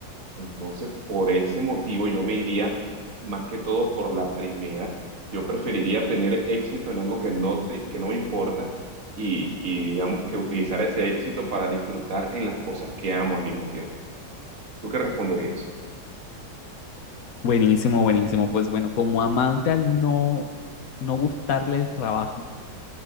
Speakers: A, on the right; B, on the left.
A: Entonces, por ese motivo, yo me iría más que todo por la primera. Yo preferiría tener éxito en algo que no te, que no me importa y, y digamos que utilizar ese éxito para disfrutar en las cosas que amo al mismo tiempo. ¿Tú qué responderías?
B: Buenísimo, buenísimo. Pues bueno, como amante al no, no gustarle el trabajo,